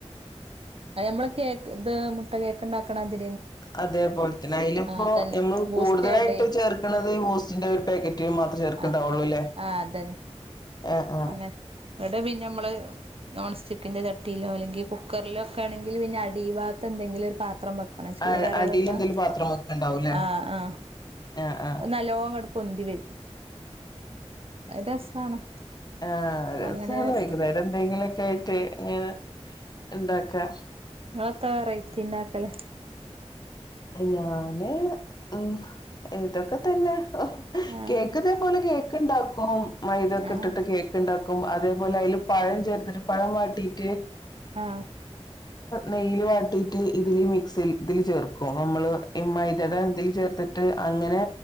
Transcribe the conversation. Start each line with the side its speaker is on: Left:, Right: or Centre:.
Right: ആ ഞമ്മള് കേ ഇത് മുട്ടാ കേക്ക്ണ്ടാടാക്കണ അതി
Left: അതേപോലെ തന്നെ അതില് ഇപ്പോ
Right: അതന്നെ
Left: നമ്മൾ
Right: ബൂസ്റ്റ്
Left: കൂടുതലായിട്ട്
Right: ആഡ് ചെയ്
Left: ചേർക്കണത് ഈ ബൂസ്റ്റിന്റെ ഒരു പാക്കറ്റ് മാത്രം ചേർക്കണ്ടാവള്ളൂല്ലേ
Right: ആ ആ അതന്നെ
Left: ആ ആ
Right: അങ്ങനെ ഇവിടെ പിന്നെ നമ്മള് നോൺ സ്റ്റിക്കിന്റെ ചട്ടിയിലോ അല്ലെങ്കിൽ കുക്കറിലോ ഒക്കെ ആണെങ്കിൽ പിന്നെ അടിഭാഗത്ത എന്തെങ്കിലും പാത്രം വെക്കണം ചൂടേറിയതൊക്കെ
Left: അ അടിൽ എന്തെലും പാത്രം വെക്കെ ഇണ്ടാവും അല്ലെ
Right: ആ ആ
Left: ആ ആ
Right: അപ്പൊ നല്ലോണം അങ്ങട് പൊന്തി വരും രസാണ്
Left: ആ രസാണ്
Right: അങ്ങനെ രസം
Left: വൈകുന്നേരം എന്തെങ്കിലൊക്കെ <unintelligible> അങ്ങനെ ഇണ്ടാക്ക ക്ക
Right: നിങ്ങളത്ത വേറയിറ്റിണ്ടാക്കല്
Left: ഞാന് ഉം ഇതൊക്കെ തന്നെ
Right: ആ
Left: കേക്ക് ഇതേ പോലെ കേക്ക് ക്കണ്ടാവും പ്പം മൈദക്കെ
Right: ആ
Left: ഇട്ടിട്ട് കേക്ക് ഇണ്ടാക്കും ക്കും അതേപോലെ അതില് പഴം ചേർത്തിട്ട് പഴം വാട്ടിറ്റ്
Right: ആ
Left: നെയ്യല് വാട്ടിയിട്ട് ഇതില് മിക്സ് ചെയ്യും ഇതിൽ ചേർക്കും നമ്മള് ഈ മൈദയുടെ ഇതിൽ ചേർത്തിട്ട് അങ്ങനെ